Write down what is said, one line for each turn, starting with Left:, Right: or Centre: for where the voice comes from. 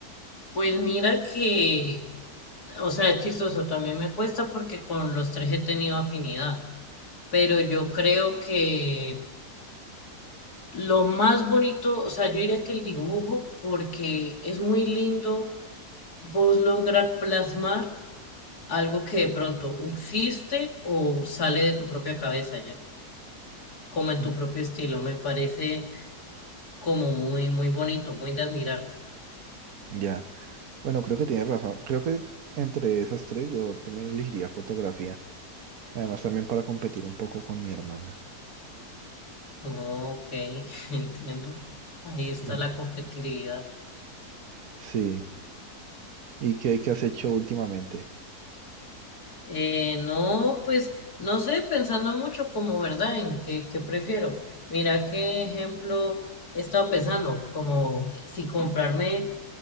Left: Pues mira que, o sea, es chistoso, también me cuesta porque con los tres he tenido afinidad, pero yo creo que Lo más bonito, o sea, yo diría que el dibujo, porque es muy lindo vos lograr plasmar algo que de pronto o existe o sale de tu propia cabeza ya, como en
Right: Mm.
Left: tu propio estilo. Me parece como muy, muy bonito, muy de admirar.
Right: Ya. Bueno, creo que tienes razón. Creo que entre esas tres yo también elegiría fotografía. Además, también para competir un poco con mi hermana.
Left: Ok, <laughs> entiendo. Ahí está
Right: Mm.
Left: la competitividad.
Right: Sí. ¿Y qué, qué has hecho últimamente?
Left: Eh, no, pues no sé, pensando mucho como, ¿verdad? En qué, qué prefiero. Mira qué ejemplo he estado pensando, como si comprarme